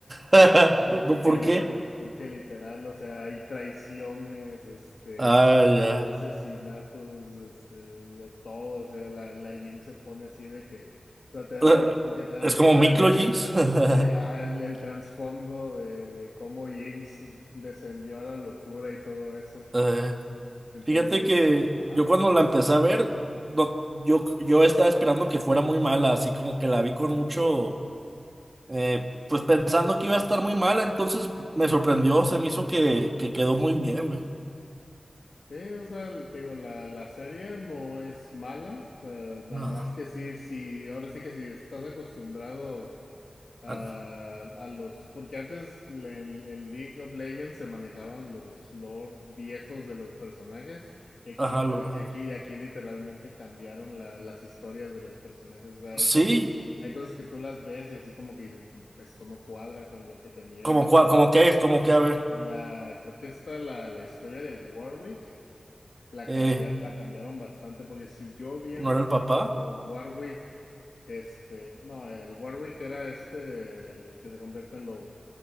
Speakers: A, on the right; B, on the left.
A: <laughs>
B: Porque,
A: No,
B: porque,
A: ¿por
B: li-
A: qué?
B: pues, porque literal, o sea, hay traiciones, este,
A: Ah, ya.
B: asesinatos, este, de todo. O sea, la, la Jinx se pone así de que, o sea, te dan,
A: Eh,
B: porque te dan
A: Es
B: todo
A: como microjinx.
B: el, el, eh,
A: <laughs>
B: ajá, el, el trasfondo de, de cómo Jinx descendió a la locura y todo eso.
A: Eh,
B: Entonces,
A: Fíjate que
B: ajá.
A: yo cuando la empecé a ver, no- yo, yo estaba esperando que fuera muy mala, así como que la vi con mucho, eh, pues pensando que iba a estar muy mala, entonces me sorprendió, se me hizo que, que quedó muy bien, güey.
B: Sí, o sea, el- te digo, la, la serie no es mala, o sea, nada
A: No,
B: más que sí, sí, ahora sí que si estás acostumbrado a,
A: ah, no.
B: a los, porque antes le- en, en League of Legends se manejaban los lore viejos de los personajes, y aquí
A: Ajá,
B: literal,
A: lo- ajá.
B: y aquí, y aquí literalmente cambiaron la- las historias de los personajes, o sea, hay
A: Sí,
B: cosas, hay cosas que tú las ves y así como que dices, esto no cuadra con lo que tenían,
A: como, cua-
B: este,
A: como que, como que, a ver,
B: la, creo que está la, la historia de Warwick. La
A: eh,
B: cambiar, la cambiaron bastante, porque si yo bien
A: no
B: recuerdo
A: era el papá,
B: Warwick, este, no, el Warwick era este, el que se convierte en lobo.